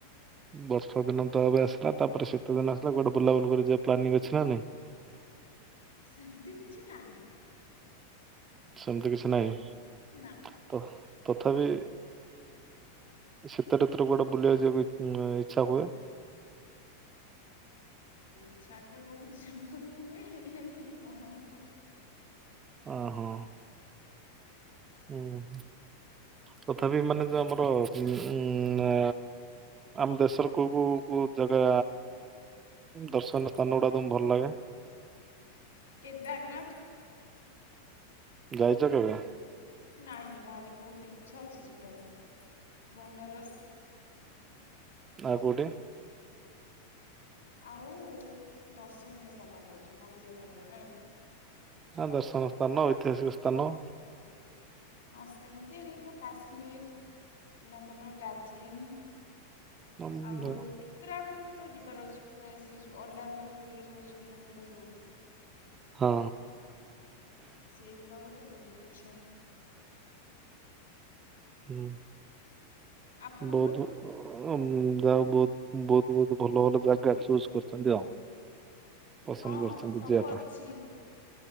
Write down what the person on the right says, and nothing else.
ବର୍ଷା ଦିନ ତ ଏବେ ଆସିଲା ତାପରେ ଶୀତ ଦିନ ଆସିଲା ଗୋଟେ ବୁଲାବୁଲି କରି ଯିବାକୁ ପ୍ଲାନିଂ ଅଛି ନା ନାଇଁ? <inaudible>
ସେମିତି କିଛି ନାହିଁ।
ତ ତଥାପି ଶୀତଋତୁରେ କୁଆଡ଼େ ବୁଲିବାକୁ ଯିବା ଇଚ୍ଛା ହୁଏ?
ଓହୋ। ହୁଁ। ତଥାପି ମାନେ ଯୋଉ ଆମର ଉ ଆଁ ଆମଦେଶର କଉ କଉ କଉ ଜାଗା ଦର୍ଶନୀୟ ସ୍ଥାନ ଗୁଡ଼ାକ ତମ କୁ ଭଲ ଲାଗେ?
ଯାଇଚ କେବେ?
ଆଉ କୋଉଠି?
ଦର୍ଶନ ସ୍ଥାନ ଐତିହାସିକ ସ୍ଥାନ
ହଁ।
ହଁ।
ହୁଁ।
ବହୁତ ଯାହା ବହୁତ ବହୁତ ବହୁତ ଭଲ ଭଲ ଜାଗା ଚୁଜ୍ କରିଛନ୍ତି ଆଉ। ପସନ୍ଦ
କରିଛନ୍ତି
ଯିବା